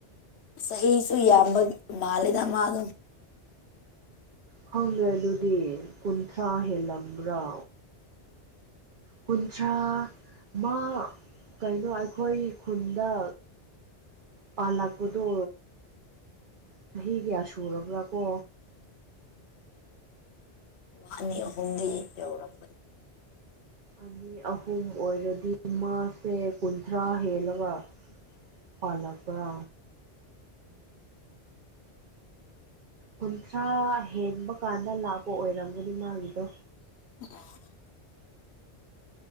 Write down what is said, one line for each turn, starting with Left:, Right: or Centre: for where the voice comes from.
Left: ꯆꯍꯤꯁꯨ ꯌꯥꯝꯕ ꯃꯥꯜꯂꯦꯗ ꯃꯥꯗꯣ
Right: ꯈꯪꯗꯔꯦ ꯑꯗꯨꯗꯤ ꯀꯨꯟꯊ꯭ꯔꯥ ꯍꯦꯜꯂꯝꯕ꯭ꯔꯥ ꯀꯨꯟꯊ꯭ꯔꯥ ꯃꯥ ꯀꯩꯅꯣ ꯑꯩꯈꯣꯏ ꯈꯨꯟꯗ ꯄꯥꯂꯛꯄꯗꯣ ꯆꯍꯤ ꯀꯌꯥ ꯁꯨꯔꯕ꯭ꯔꯥ ꯀꯣ
Left: ꯃꯥ ꯑꯅꯤ ꯑꯍꯨꯝꯗꯤ ꯌꯧꯔꯝ
Right: ꯑꯅꯤ ꯑꯍꯨꯝ ꯑꯣꯏꯔꯗꯤ ꯃꯥꯥꯁꯦ ꯀꯨꯟꯊ꯭ꯔꯥ ꯍꯦꯜꯂꯒ ꯄꯂꯛꯄ꯭ꯔꯥ ꯀꯨꯟꯊ꯭ꯔꯥ ꯍꯦꯟꯕ ꯀꯥꯟꯗ ꯂꯥꯛꯄ ꯑꯣꯏꯔꯝꯒꯅꯤ ꯃꯥꯒꯤꯗꯣ
Left: <unintelligible>